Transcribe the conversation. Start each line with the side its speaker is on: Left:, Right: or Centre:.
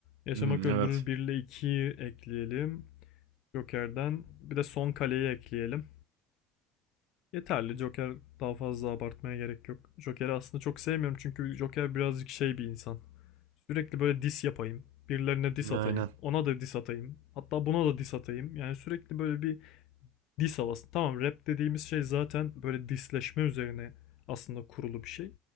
Left: Yaşamak
Right: Hmm,
Left: Öldürür
Right: evet.
Left: 1 ile 2'yi ekleyelim. Joker'den bir de son kaleyi ekleyelim. Yeterli. Joker daha fazla abartmaya gerek yok. Joker'i aslında çok sevmiyorum çünkü Joker birazcık şey bir insan. Sürekli böyle diss yapayım. Birilerine diss
Right: Aynen.
Left: atayım. Ona da diss atayım. Hatta buna da diss atayım. Yani sürekli böyle bir diss havası. Tamam rap dediğimiz şey zaten böyle dissleşme üzerine aslında kurulu bir şey.